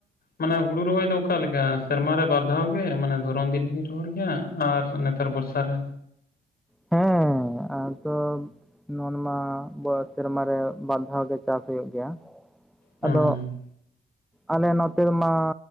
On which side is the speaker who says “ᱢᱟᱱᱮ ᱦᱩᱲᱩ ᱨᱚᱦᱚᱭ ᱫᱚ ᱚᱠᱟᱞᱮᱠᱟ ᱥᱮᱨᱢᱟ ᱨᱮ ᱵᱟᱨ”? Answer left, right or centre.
Left